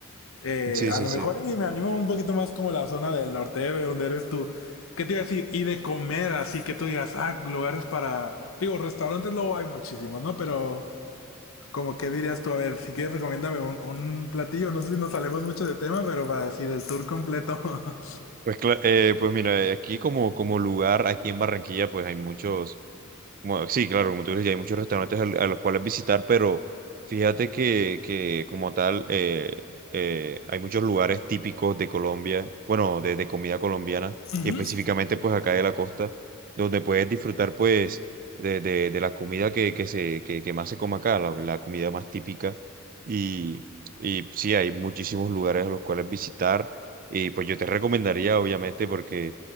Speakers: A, on the left; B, on the right.
A: Eh,
B: sí,
A: a
B: sí,
A: lo
B: sí.
A: mejor y me animo un poquito más como la zona del norte eh, de donde eres tú. ¿Qué te iba a decir? Y de comer, así que tú digas, ah, lugares para... Digo, restaurantes luego hay muchísimos, ¿no? Pero como qué dirías tú, a ver, si quieres recomiéndame un, un platillo, no sé si nos salemos mucho de tema, pero para decir el tour completo. <laughs>
B: Pues, cla- eh, pues mira, eh, aquí como, como lugar, aquí en Barranquilla, pues hay muchos, como- sí, claro, como tú dices, ya hay muchos restaurantes al- a los cuales visitar, pero fíjate que, que como tal, eh, eh, hay muchos lugares típicos de Colombia, bueno, de, de comida colombiana,
A: Ujú.
B: y específicamente pues acá de la costa, donde puedes disfrutar pues de, de, de la comida que, que, se, que, que más se come acá, la, la comida más típica, y, y sí, hay muchísimos lugares a los cuales visitar y pues yo te recomendaría, obviamente, porque